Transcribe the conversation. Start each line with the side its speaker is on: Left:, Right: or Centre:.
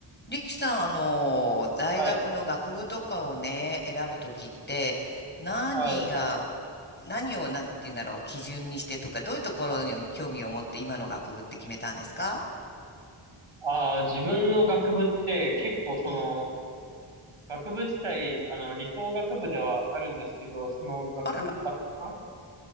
Left: 力さん、あの、大学の学部とかをね、
Right: はい。
Left: 選ぶときって、何が、
Right: はい。
Left: 何を、なんて言うんだろう、基準にしてとか、どういうところに興味を持って今の学部って決めたんですか
Right: ああ、自分の学部って結構その、
Left: うん。
Right: 学部自体、あの、理工学部ではあるんですけど、その学、
Left: あらら。
Right: 学科